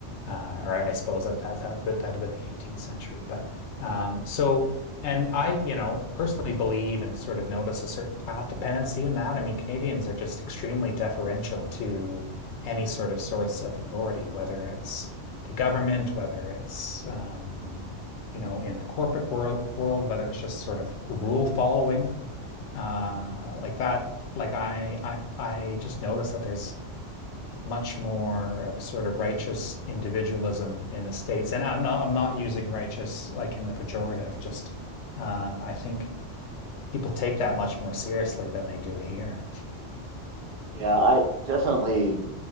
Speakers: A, on the left (about 70°); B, on the right (about 55°).
A: uh, or I suppose that that that would be, that'd have been the 18th century. But um, so, and I, you know, personally believe and sort of notice a certain path dependency in that. I mean, Canadians are just extremely deferential to any sort of source of authority, whether it's the government, whether it's um, you know, in the corporate world, world, whether it's just sort of rule following, uh, like that, like I, I, I just noticed that there's much more of a sort of righteous individualism in the States. And I'm not, I'm not using righteous like in the pejorative, just, uh, I think people take that much more seriously than they do here. <laughs>
B: Yeah, I definitely